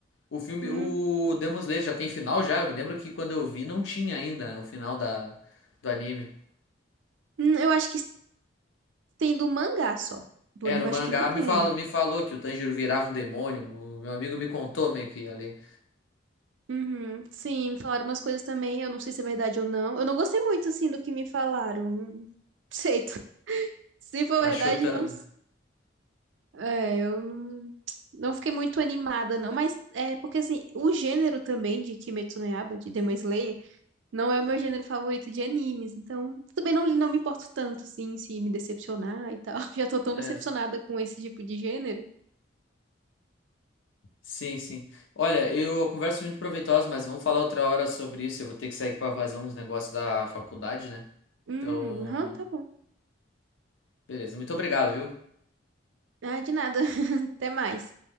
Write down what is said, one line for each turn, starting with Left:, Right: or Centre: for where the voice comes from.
Left: O filme,
Right: Hum,
Left: o Demon Slayer já tem final já? Eu me lembro que quando eu vi não tinha ainda, né, o final da, do anime.
Right: hum, eu acho que tem do mangá só. Do
Left: É,
Right: anime,
Left: no mangá
Right: acho que não tem
Left: me falou,
Right: ainda.
Left: me falou que o Tanjiro virava um demônio. O meu amigo me contou meio que ali.
Right: Uhum, sim, me falaram umas coisas também. Eu não sei se é verdade ou não. Eu não gostei muito, assim, do que me falaram. Não não sei. <laughs> Se for
Left: Tá
Right: verdade,
Left: chutando.
Right: não. É, eu não, não fiquei muito animada, não, mas é porque assim, o gênero também de Kimetsu no Yaiba, de Demon Slayer, não é o meu gênero favorito de animes, então também não, não me importo tanto, assim, se me decepcionar e tal. <laughs> Já tô tão
Left: É,
Right: decepcionada com esse tipo de gênero.
Left: sim, sim. Olha, eu, a conversa é muito proveitosa, mas vamos falar outra hora sobre isso. Eu vou ter que sair aqui pra fazer uns negócios da faculdade, né?
Right: Hum,
Left: Então,
Right: aham, tá bom.
Left: beleza. Muito obrigado, viu?
Right: Ah, de nada. <laughs> Até mais.